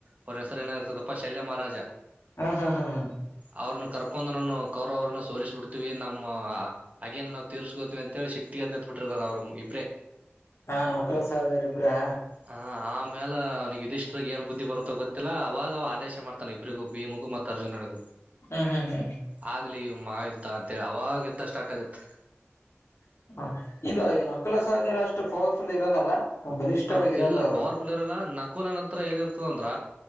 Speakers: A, on the right (about 35°); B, on the left (about 80°).
A: ಅವ್ರ ಹೆಸರು ಏನಾಗಿರ್ತತ್ತಪ್ಪ ಶಲ್ಯ ಮಾರಾಜ
B: ಹಾ ಹಾ ಹಾ ಹಾ
A: ಅವ್ರನ್ನ ಕರ್ಕೊಂಡು ನಾನು ಕೌರವರನ್ನ ಸೋಲಿಸ್ಬಿಡ್ತೀವಿ ನಮ್ಮ ಹಾಗೇನ್ ನಾವು ತಿರ್ಸಿಗೋತೀವಿ ಅಂತ ಹೇಳಿ ಸಿಟ್ಟಿಗೆದ್ದು ನಿಂತುಬುಟ್ರು ಅವರ ಇಬ್ರೇ
B: ಹಾ ನಕಲ ಸದರಿಬ್ರಾ
A: ಹ ಆಮೇಲೆ ಅವನಿಗೆ ಇದಿಷ್ಟ್ರಗ್ ಏನ್ ಬುದ್ಧಿ ಬರುತ್ತೋ ಗೊತ್ತಿಲ್ಲ ಅವಾಗ ಅವ ಆದೇಶ ಮಾಡ್ತ ಇಬ್ಬರಿಗೂ ಭೀಮಿಗು ಮತ್ತು ಅರ್ಜುನರಿಗೂ
B: ಹ ಹ
A: ಆಗ್ಲಿ ಇ ಮಾ ಇದ್ದ ಅಂತೇಳಿ ಅವಾಗ ಇದ್ದ ಸ್ಟಾರ್ಟ್ ಆಗುತ್ತ
B: ಹ ಇದು ನಕ್ಕಲ ಸಹೋದರ ಅಷ್ಟು ಪವರ್ಫುಲ್ ಇರಲ್ಲಲ್ಲ ಬಲಿಷ್ಠವಾಗಿ
A: ಹ
B: ಇರಲ್ಲ
A: ಇಲ್ಲ
B: ಅವರು
A: ಪವರ್ಫುಲ್ ಇರಲ್ಲ ನಕುಲನ್ ಹತ್ರ ಏನಿರ್ತದಂದ್ರ